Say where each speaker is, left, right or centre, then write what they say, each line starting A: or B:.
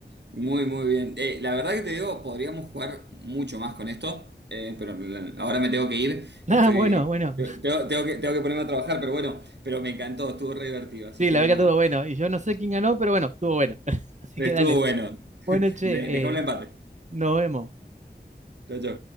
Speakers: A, on the right (about 75°); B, on the right (about 45°).
A: muy, muy bien. Eh, la verdad que te digo, podríamos jugar mucho más con esto, eh, pero la- ahora me tengo que ir,
B: <laughs>
A: estoy,
B: Ah, bueno, bueno.
A: tengo, tengo que, tengo que ponerme a trabajar, pero bueno, pero me encantó, estuvo re divertido, así
B: Sí,
A: que
B: la verdad
A: nada,
B: que estuvo bueno. Y yo no sé quién ganó, pero bueno, estuvo bueno. <laughs> Así
A: estuvo
B: que dale.
A: bueno.
B: Bueno,
A: <laughs>
B: che,
A: Le- Dejamos
B: eh,
A: el empate.
B: nos vemos.
A: Chau, chau.